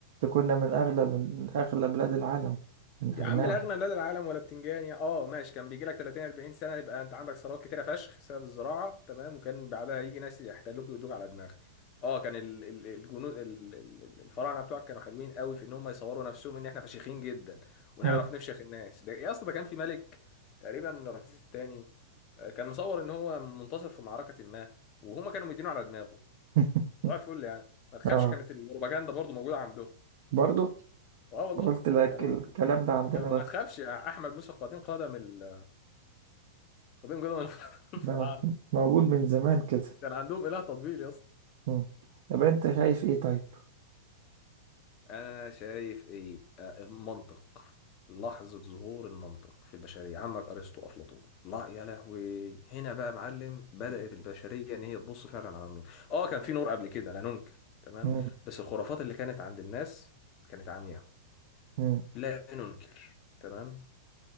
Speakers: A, on the right; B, on the left.
A: كنا من أغلى من أغلى بلاد العالم من
B: يا
A: أغناهم
B: عم الاغنى بلاد العالم ولا بتنجان يا اه ماشي كان بيجي لك 30 40 سنه يبقى انت عندك ثروات كتيره فشخ بسبب الزراعه تمام وكان بعدها يجي ناس يحتلوك ويدوك على دماغك اه كان ال- ال- الجنود ال- ال- الفراعنه بتوعك كانوا حلوين قوي في ان هم يصوروا نفسهم ان احنا فشيخين جدا ونعرف
A: حلو.
B: نفشخ الناس ده يا اسطى ده كان في ملك تقريبا رمسيس الثاني آه، كان مصور ان هو منتصر في معركه ما وهما كانوا مدينه على دماغه
A: <laughs>
B: صباح الفل يعني ما تخافش
A: اه
B: كانت البروباجندا برضو موجوده عندهم
A: برضو
B: اه والله
A: قلت لك
B: كانوا
A: الكلام ده عندنا
B: كانوا ما
A: بس
B: تخافش احمد موسى قديم قدم ال... قديم قدم <laughs> الفراعنه
A: ده م- موجود من زمان كده
B: كان عندهم اله تطبيل يا اسطى
A: مم. طب انت شايف ايه طيب
B: انا شايف ايه آه، المنطق لحظة ظهور المنطق في البشرية عمك أرسطو أفلاطون لا يا لهوي هنا بقى معلم بدأت البشرية إن هي تبص فعلا على النور آه كان في نور قبل كده لا ننكر تمام
A: مم.
B: بس الخرافات اللي كانت عند الناس كانت عمياء
A: مم.
B: لا ننكر تمام